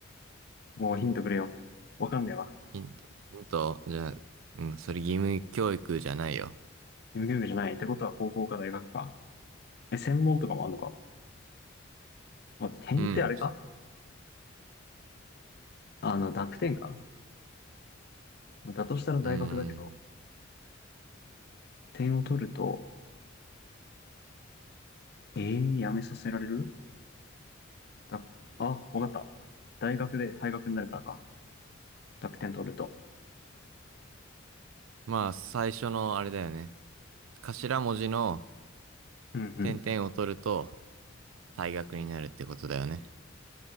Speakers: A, on the left; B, on the right.
A: もうヒントくれよ。わかんねえわ。
B: ヒント、ヒント、じゃあ、うん、それ義務教育じゃないよ。
A: 義務教育じゃない。ってことは高校か大学か。え、専門とかもあんのか。まあ、点ってあれか
B: うん。
A: あの、濁点か。だとしたら大学だけど、
B: うん。
A: 点を取ると、えー、やめさせられるだ、あ、わかった。大学で退学になるからか。濁点取ると。
B: まあ、最初のあれだよね。頭文字の
A: うんうん。
B: 点々を取ると、退学になるってことだよね。